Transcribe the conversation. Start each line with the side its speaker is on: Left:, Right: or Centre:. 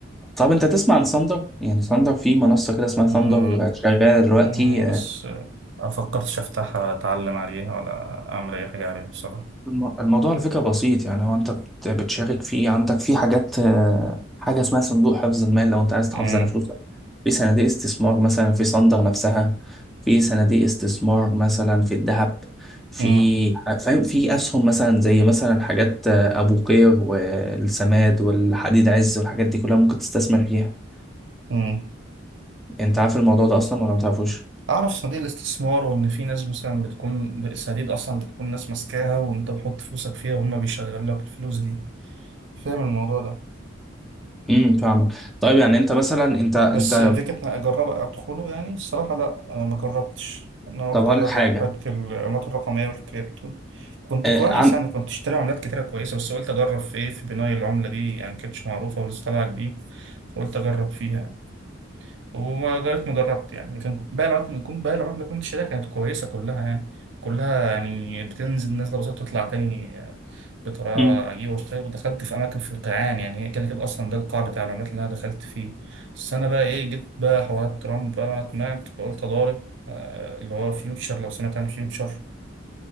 Centre: طب انت تسمع عن ثاندر يعني ثاندر في منصه كده اسمها ثاندر
Right: مم.
Centre: شغاله دلوقتي
Right: مم. بس آه، ما فكرتش أفتحها ولا أتعلم عليها ولا أعمل أي حاجة عليها بصراحة
Centre: الم- الموضوع على فكرة بسيط يعني هو انت بت- بتشارك فيه عندك في حاجات آه، حاجة اسمها صندوق حفظ المال لو انت عايز تحافظ
Right: مم.
Centre: على فلوسك في صناديق استثمار مثلا في صندر نفسها في صناديق استثمار مثلا في الذهب في
Right: مم.
Centre: ح- فاهم في اسهم مثلا زي مثلا حاجات آه، ابو قير والسماد والحديد عز والحاجات دي كلها ممكن تستثمر فيها
Right: مم.
Centre: انت عارف الموضوع ده اصلا ولا ما تعرفوش
Right: أعرف صناديق الاستثمار وإن في ناس مثلا بتكون الصناديق أصلا بتكون ناس ماسكاها وأنت بتحط فلوسك فيها وهم بيشغلوا لك الفلوس دي فاهم الموضوع ده
Centre: امم فاهمك طيب يعني انت مثلا انت انت
Right: بس فكرة إن أجرب أدخله يعني الصراحة لأ أنا ما جربتش أنا
Centre: طب
Right: قلت
Centre: اقول
Right: أجرب
Centre: لك حاجة
Right: حتة العملات الرقمية والكريبتو كنت
Centre: آه،
Right: كويس يعني كنت اشتري عملات كتيرة كويسة بس قلت أجرب في إيه في بناء العملة دي يعني كانتش معروفة ولسه طالعة جديد فقلت أجرب فيها يعني وما جربت ما جربت يعني لكن باقي العملات اللي كنت باقي العملات اللي كنت شاريها كانت كويسة كلها يعني كلها يعني بتنزل نزلة بسيطة تطلع تاني بطريقة
Centre: عن
Right: عجيبة وستايل ودخلت في أماكن في القيعان يعني هي كده كده أصلا ده القاع بتاع العملات اللي أنا دخلت فيه بس أنا بقى إيه جيت بقى حوارات ترامب بقى أنا طمعت فقلت أضارب آه، اللي هو فيوتشر لو سمعت عن فيوتشر